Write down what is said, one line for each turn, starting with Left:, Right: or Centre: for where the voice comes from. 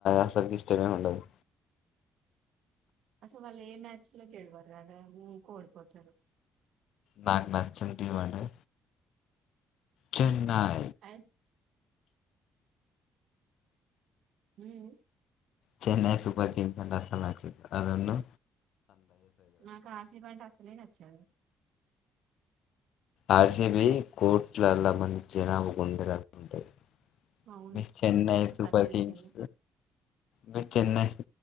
Left: అసలకి ఇష్టమే ఉండదు.
Right: అసలు వాళ్ళు ఏ మ్యాచ్ లో గెల్లవారు రారా ఊకో ఓడిపోతారు.
Left: నాకు నచ్చని టీం అదే చెన్నయ్
Right: అయ్ ఉహ్మ్మ్
Left: చెన్నై సూపర్ కింగ్స్ అంటే అసల నచ్చదు అదను.
Right: నాకు ఆర్ సి బి అంటే అసలే నచ్చదు.
Left: ఆర్ సి బి, కోట్లల మంది జనాభా గుండెలా ఉంటాయి.
Right: అవును
Left: మీ చెన్నై
Right: అందుకే ఒక్కసారి
Left: సూపర్
Right: గెలిచింది
Left: కింగ్స్, మీ చెన్నై.